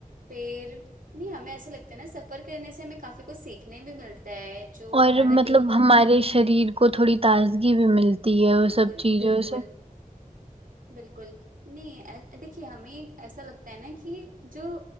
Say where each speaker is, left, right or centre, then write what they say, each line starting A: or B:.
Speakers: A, on the right; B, on the right.
A: پھر نہیں ہمیں ایسا لگتا ہے نا سفر کرنے سے ہمیں کافی کچھ سیکھنے بھی ملتا ہے جو
B: اور
A: ہمارا
B: مطلب
A: علم
B: ہمارے شریر کو تھوڑی تازگی بھی ملتی ہے وہ
A: بالکل
B: سب چیزوں
A: بالکل
B: سے
A: بالکل نہیں دیکھیے ہمیں ایسا لگتا ہے نا کہ جو